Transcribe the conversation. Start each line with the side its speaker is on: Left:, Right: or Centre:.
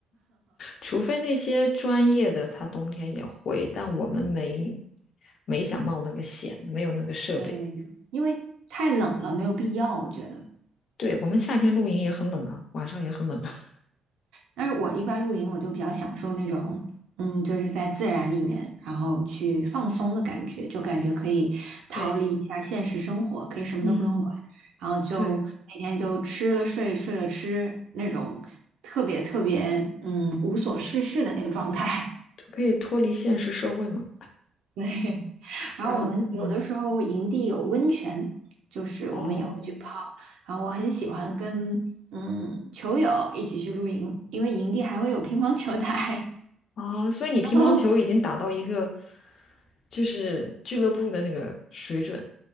Left: 除非那些专业的，他冬天也会，但我们没没想冒那个险，没有那个设备。
Right: 对，因为太冷了，没有必要，我觉得。
Left: 对，我们夏天露营也很冷啊，晚上也很冷啊。<laughs>
Right: 但是我一般露营，我就比较享受那种，嗯，就是在自然里面，然后去放松的感觉，就感觉可以逃离一下现实生活，
Left: 对，
Right: 可以什么都不用管，
Left: 嗯，
Right: 然后就每天就吃了睡，
Left: 对，
Right: 睡了吃，那种特别特别，嗯，无所事事的那个状态。<laughs>
Left: 可以脱离现实社会嘛。
Right: 对。然后我们有的时候营地有温泉，
Left: 然后，嗯，
Right: 就是我们也会去泡。
Left: 哦，
Right: 然后我很喜欢跟嗯球友一起去露营，因为营地还会有乒乓球台。
Left: 哦，所以你乒乓球已经打到一个
Right: 哦，<laughs>
Left: 就是俱乐部的那个水准。